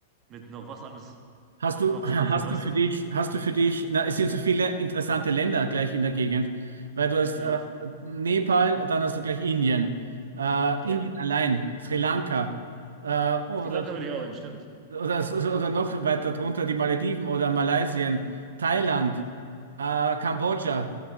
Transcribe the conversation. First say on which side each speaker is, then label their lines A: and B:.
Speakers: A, on the right; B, on the right.
A: mit noch was alles,
B: Hast
A: noch
B: du, <clears throat> hast
A: sonst so, weißt
B: du für
A: du?
B: dich, hast du für dich, na, es sind so viele interessante Länder gleich in der Gegend, weil du hast
A: Ja,
B: äh, Nepal, dann hast du gleich Indien, äh,
A: ja.
B: Indien allein, Sri Lanka, äh, oder
A: Sri Lanka würde ich auch hin, stimmt.
B: oder, oder noch weiter drunter die Malediven oder Malaysia, Thailand,
A: Ja,
B: äh, Kambodscha,